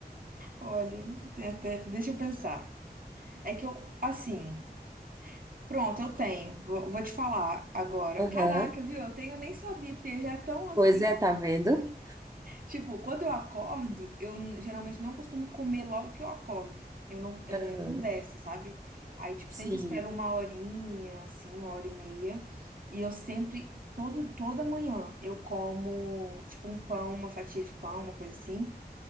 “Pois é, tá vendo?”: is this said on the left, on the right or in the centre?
Right